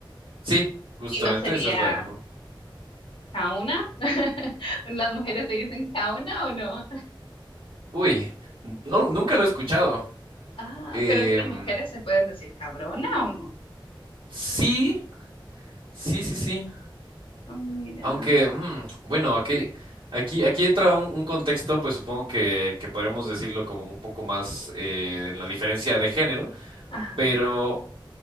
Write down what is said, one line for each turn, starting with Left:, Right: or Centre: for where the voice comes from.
Right: Sí, justamente
Left: Y no sería
Right: esa es la forma.
Left: cauna. <laughs> ¿Las mujeres se dicen cauna o no?
Right: Uy, no, nunca lo he escuchado.
Left: Ah,
Right: Em,
Left: pero entre mujeres se pueden decir cabrona o no.
Right: sí, sí, sí, sí.
Left: Ah, Mira,
Right: Aunque, mm, bueno, aquí, aquí, aquí entra un, un contexto, pues supongo que, que podríamos decirlo como un poco más eh, la diferencia de género,
Left: ajá,
Right: pero